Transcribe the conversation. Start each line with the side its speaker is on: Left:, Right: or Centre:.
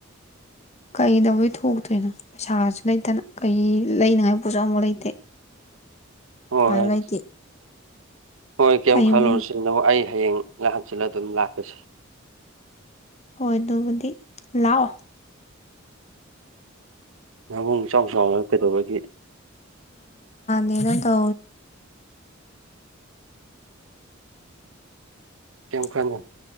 Left: ꯀꯩꯗꯕꯨꯣꯏ ꯊꯣꯛꯇꯣꯏꯅꯣ ꯄꯩꯁꯥꯁꯨ ꯂꯩꯇꯅ ꯀꯩ ꯂꯩꯅꯉꯥꯏ ꯄꯣꯠꯁꯨ ꯑꯐꯛ ꯂꯩꯇꯦ
Right: ꯍꯣꯏ
Left: ꯄꯩꯁꯥꯁꯨ ꯂꯩꯇꯦ
Right: ꯍꯣꯏ ꯀꯝ
Left: ꯀꯩꯕꯨ
Right: ꯈꯜꯂꯣꯁꯤ ꯅ ꯑ ꯍꯌꯦꯡ ꯅꯍꯥꯟꯁꯤꯜꯂ ꯑꯗꯨꯝ ꯂꯥꯛꯄꯁꯤꯦ
Left: ꯍꯕꯨꯗꯤ ꯂꯥꯛꯑꯣ
Right: ꯉꯥꯕꯨꯡ ꯆꯥꯎ ꯆꯥꯎꯅ ꯀꯩꯗꯧꯕꯒꯤ
Left: ꯀꯩꯅ ꯇ <unintelligible>
Right: ꯀꯩꯝ ꯈꯟꯅꯨ